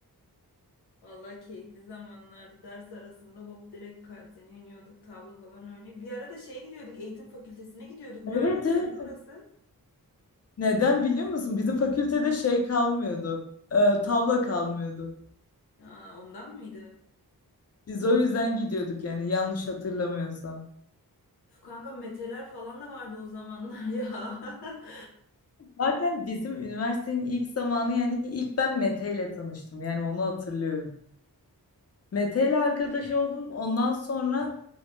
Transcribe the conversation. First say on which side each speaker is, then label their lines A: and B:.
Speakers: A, on the left; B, on the left.
A: Vallahi keyifli zamanlardı. Ders arasında hop direkt kantine iniyorduk. Tavla falan oynuyorduk. Bir ara da şeye gidiyorduk. Eğitim fakültesine gidiyorduk. Ne
B: Evet
A: alakası
B: evet.
A: orası?
B: Neden biliyor musun? Bizim fakültede şey kalmıyordu. e, tavla kalmıyordu.
A: Aa, ondan mıydı?
B: Biz o yüzden gidiyorduk yani yanlış hatırlamıyorsam.
A: Uf, kanka meteler falan da vardı o zamanlar ya. <laughs>
B: Zaten bizim üniversitenin ilk zamanı yani ilk ben Mete ile tanıştım. Yani onu hatırlıyorum. Mete ile arkadaş oldum. Ondan sonra